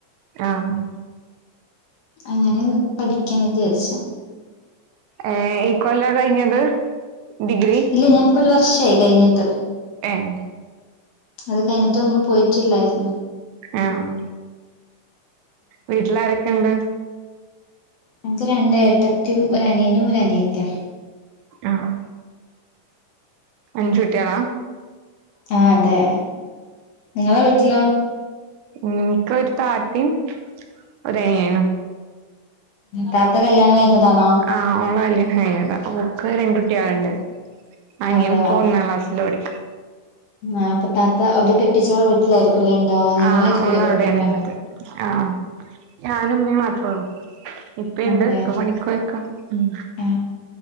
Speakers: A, on the right; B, on the left.
A: ആഹ്
B: അങ്ങനെ പഠിക്കാൻ വിചാരിച്ച
A: ഏഹ് ഈ കൊല്ല കഴിഞ്ഞത് ഡിഗ്രി
B: ഇല്ല ഞാനിപ്പോ ഒരു വർഷയി കഴിഞ്ഞിട്ട്
A: ഏഹ്
B: അത് കഴിഞ്ഞിട്ട് ഒന്നും പോയിട്ടില്ലായിരുന്നു
A: ആഹ് വീട്ടിൽ ആരൊക്കെണ്ട്
B: എനിക്ക് രണ്ട്എട്ടത്തിയും ഒരനിയനും ഒരനിയത്തിയം
A: ആഹ് അഞ്ചു കുട്ടിയളാ
B: ആഹ് അതെ നിങ്ങളെ വീട്ടിലോ?
A: ഇൻക്ക് ഒരു താത്ത ഒരനിയനും.
B: താത്ത കല്യാണം കഴിഞ്ഞതാണോ?
A: ആ ഓളെ കല്യണം കഴിഞ്ഞത. ഓക്ക് രണ്ട് കുട്ട്യാള്ണ്ട്. അനിയൻ
B: അതെയോ
A: പോ ഒന്നാംക്ലാസ്സില് പഠി
B: ആ അപ്പൊ താത്ത അവര് കെട്ടിച്ച വീട്ടിലായിരിക്കല്ലേ ണ്ടാവ നിങ്ങളായിരിക്കുലേ
A: ആഹ് ഓളവിടേണ്
B: പ്പ വടെണ്ടാവ
A: ഇള്ളത് ആഹ് ഞാനുംമ്മീ മാത്രോള്ളൂ. ഇപ്പിണ്ട്
B: അതെയോ
A: പ്പ പണിക്കോയക്ക ഉം
B: ആ